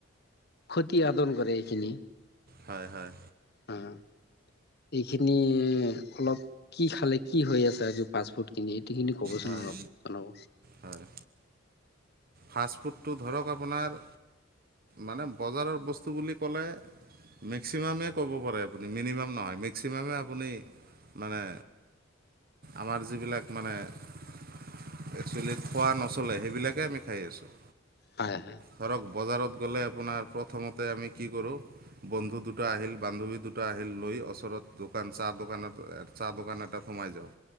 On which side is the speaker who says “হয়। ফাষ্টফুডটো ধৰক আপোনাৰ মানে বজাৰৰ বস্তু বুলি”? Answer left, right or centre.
Right